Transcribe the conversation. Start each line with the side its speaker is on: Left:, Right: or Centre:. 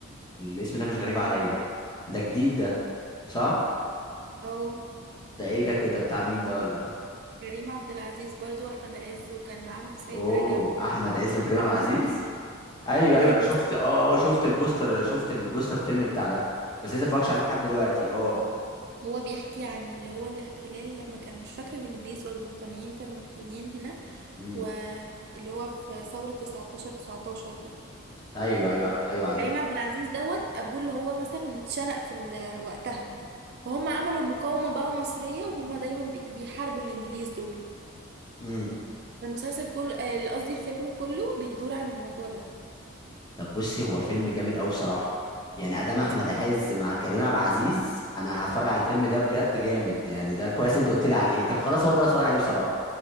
Left: الاسم ده مش غريب عليا
Right: امم
Left: ده جديد ده صح
Right: او
Left: ده ايه ده كده بتاع مين ده ولا
Right: كريم عبد العزيز برضو واحمد عز وكان معاهم سيد
Left: اوه
Right: رجب
Left: احمد عز وكريم
Right: واحمد
Left: عبد العزيز
Right: مالك
Left: ايوه
Right: وهند
Left: ايوه انا شفت
Right: صبري.
Left: اه آه، شفت البوستر شفت البوستر الفيلم بتاع ده بس لسه ما اتفرجتش
Right: شفت
Left: عليه لحد دلوقتي اه
Right: هو بيحكي عن اللي هو الاحتلال لما كان مش فاكرة الإنجليز ولا البريطانيين كانوا محتلين هنا
Left: امم
Right: واللي هو في ثورة 19 19 ده
Left: ايوه ايوه ايوه عارف
Right: كريم عبد العزيز دوت أبوه اللي هو مثلا اتشنق في ال- وقتها فهم عملوا مقاومة بقى مصرية وهم دايما بي- بيحاربوا الإنجليز دول
Left: امم
Right: المسلسل كله آه، قصدي الفيلم كله بيدور عن الموضوع ده
Left: طب بصي هو فيلم جامد قوي بصراحه يعني ادام احمد
Right: بس
Left: عز مع كريم عبد العزيز انا هتفرج على الفيلم ده بجد جامد يعني ده كويس انت قلت لي عليه طب خلاص هو ده اللي اتفرج عليه بصراحه